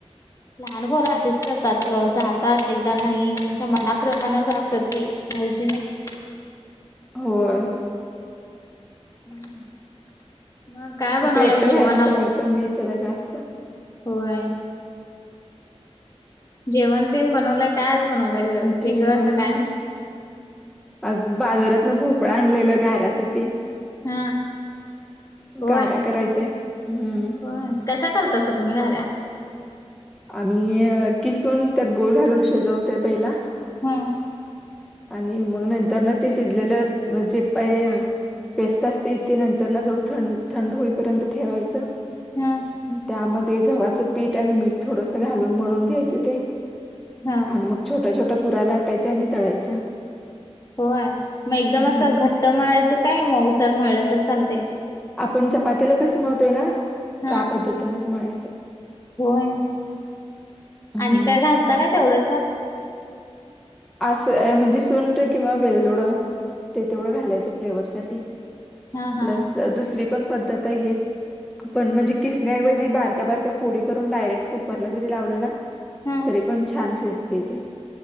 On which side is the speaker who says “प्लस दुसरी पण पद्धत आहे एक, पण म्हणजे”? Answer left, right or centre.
Centre